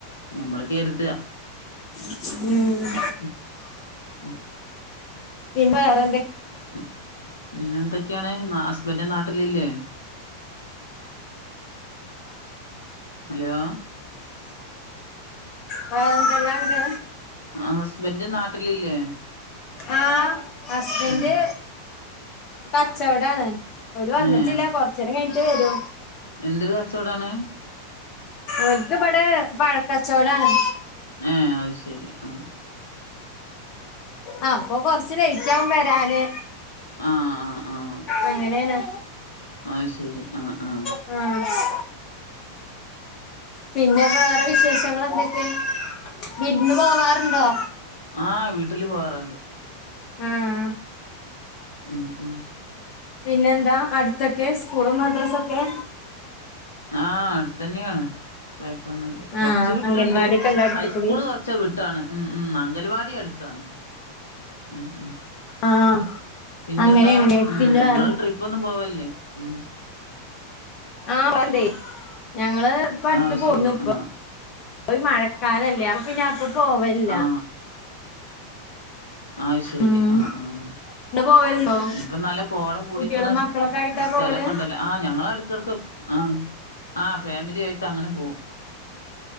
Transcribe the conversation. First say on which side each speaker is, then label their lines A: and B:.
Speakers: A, on the left; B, on the left.
A: നമ്മള് കെര്താ
B: ഉം
A: ഉം ഉം
B: പിന്നെ വേറെ
A: ഉം പിന്നെ എന്തൊക്കെയാണ് ഹസ്ബൻഡന്റെ നാട്ടിലല്ലേ ഹലോ
B: വേറെ എന്തെല്ലാംണ്ട്
A: ആഹ് ഹസ്ബൻഡ് നാട്ടിലില്ലേ
B: ആഹ് ഹസ്ബൻഡ്
A: ഉം
B: കച്ചവടാണ് ഒരു വന്നിട്ടില്ല
A: ഏഹ്
B: കൊറച്ച നേരം കഴിട്ട് വരൂ
A: എന്തൊരു കച്ചവടാണ്
B: ഒക്ക് ഇവിടെ പഴക്കച്ചോടാണ്
A: ഏ അത് ശരി ആഹ്
B: ആഹ് അപ്പൊ കൊറച്ച് ലേറ്റ് ആകുമ വരാല്
A: ആഹ് ആഹ് ആഹ്
B: അങ്ങനെയാണ്
A: ആഹ് ശരി ആഹ് ആഹ്
B: ആഹ് പിന്നെ വേറെ വിശേഷങ്ങ എന്തൊക്കെ വിരുന്ന് പോകാറുണ്ടോ
A: ആഹ് വീട്ടില് പോവാറുണ്ട്
B: ആഹ്
A: ഉം ഉം
B: പിന്നെ എന്താ അടുത്തൊക്കെ സ്കൂളും മദ്രാസൊക്കെ
A: ആഹ് അടുത്ത തന്നെയാണ് കുഴപ്പൊന്നുംല്ല
B: ആഹ്
A: കുറച്ച് വിട്ടുണ്ട്
B: അംഗൻവാടിയൊക്കെ ഉണ്ട് അടുത്ത്
A: ഹൈസ്കൂള്
B: കൂടി
A: കൊറച്ച് പച്ച വിട്ടാണ് ഉം ഉം അംഗൽവാടി അടുത്താണ് ഉം ഉം
B: ആഹ്
A: പിന്ന
B: അങ്ങനെയാണല്ലേ
A: എന്താ ഉം
B: പിന്നെ വേറെ
A: നിങ്ങള് ട്രിപ്പ് ഒന്നും പോവല്ലേ ഉം
B: ആഹ് <unintelligible> ഞങ്ങള് ഇപ്പ അടുത്ത്
A: അത്
B: പോന്നു
A: ശരി
B: ഇപ്പ
A: ആ
B: യി മഴക്കാലല്ലേ അപ്പ പിന്നെ അപ്പൊ പോവലില്ല
A: ആ ആഹ് ശരി
B: ഇങ്ങള്
A: ആഹ് ആഹ്
B: <unintelligible>
A: ഇപ്പൊ നല്ല കോട കൂടിക്കണ
B: കുട്ടികളും മക്കളൊക്കെ ആയിട്ടാ
A: സ്ഥലമൊക്കെ
B: പോവല്
A: ഉണ്ടല്ലോ ആഹ് ഞങ്ങള അടക്കിടക്ക് ആഹ് ആഹ് ഫാമിലി ആയിട്ട് അങ്ങനെ പോകും